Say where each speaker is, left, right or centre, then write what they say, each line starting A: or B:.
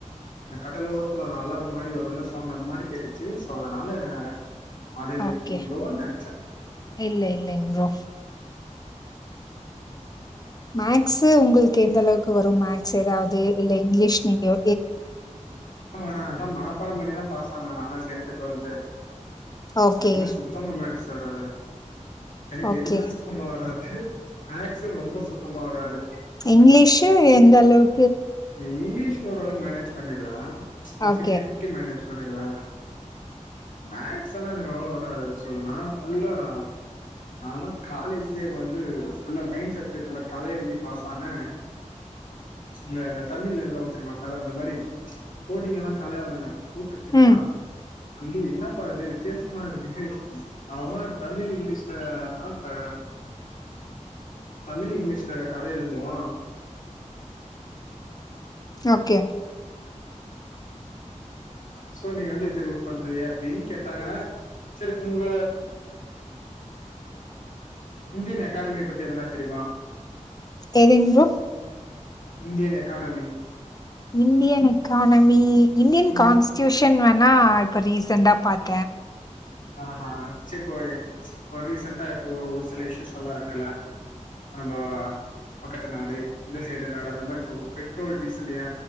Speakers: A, on the left; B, on the left.
A: இந்த கடல் ஒரத்துல அல மாரிவருல்ல சவுண்ட் அந்த மாரி கேட்டுச்சு சோ அதனால மாடில
B: ஓகே
A: இருக்கீங்களோன்னு நெனச்ச
B: இல்ல இல்லைங்க ப்ரோ மேக்ஸ்ஸு உங்களுக்கு எந்த அளவுக்கு வரும் மேக்ஸ் எதாவது இல்ல இங்கிலீஷ் நீயோ
A: வரா மனப்பாடம் பண்ணிதா பாஸ் ஆன நாலா டென்த்து டுவல்த்து
B: ஓகே,
A: என்ன சு சுத்தமா மேக்ஸ் வராது எனக்கு
B: ஓகே.
A: எதுமே சுத்தமா வராது மேக்ஸு ரொம்ப சுத்தமா வராது
B: இங்கிலீஷு எந்த அளவுக்
A: இந்த இங்கிலீஷ் ஓர் அளவுக்கு மேனேஜ் பண்ணிடுவ ஒரு
B: ஓகே.
A: ஃபிப்டி ஃபிப் மேனேஜ் பண்ணிடுவ மேக்ஸ் எல்லா எனக்கு அவ்ளவா வராது சோ நா ஃபுல்லா நா தா காலேஜ்லயே வந்து ஃபுல்லா மெயின் சப்ஜெக்ட்ல கதை எழுதி பாஸ் ஆன இல்ல இந்த தமிழ்ல எழுதுவாங்க தெரியுமா கத அந்த மாரி கோடிங்கெல்லா கதையா எழுதன கூப்டு திட்னாங்க
B: ம்.
A: தம்பி என்னப்பா இது வித்தியாசமா இருக்கு அவ அவ தமிழ் இங்கிலீஷ்ல த தமிழ் இங்கிலீஷ்ல கத எழுதுவா
B: ஓகே
A: சோ நீங்க வந்து இது இது பண்றீயே அப்டின்னு கேட்டாங்க சரி உங்க இந்தியன் அகாடமிய பத்தி எதனா தெரியுமா
B: எதுங் bro
A: Indian academy
B: Indian academy Indian
A: ம்
B: கான்ஸ் டியூஷன் வேணா இப்போ ரீசெண்டா பாத்து
A: <inaudible> ஆஹா சரிப் இப்ப ரீசண்டா இப்ப ஒரு சில இஷ்யூஸ் எல்லா இருக்குல்ல நம்ம பக்கத்து நாடு இந்த சைடு நாடு அந்த மாரி இப்ப பெட்ரோல் டீசல்ல ஏ